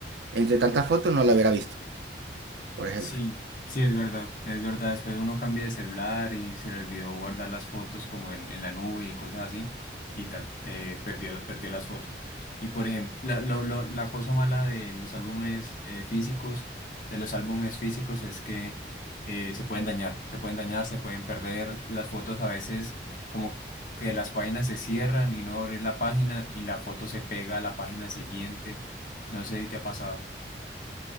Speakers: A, on the right; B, on the left.
A: entre tantas fotos no la hubiera visto, por ejemplo.
B: Sí, sí, es verdad, es verdad. Después uno cambia de celular y se le olvidó guardar las fotos como en, en la nube y cosas así, y tan, eh, perdió, la- perdió las fotos. Y por ejemplo, la, lo- lo- la cosa mala de los álbumes eh, físicos, de los álbumes físicos es que eh, se pueden dañar, se pueden dañar, se pueden perder. Las fotos a veces como que las páginas se cierran y no abrir la página y la foto se pega a la página siguiente. No sé si te ha pasado.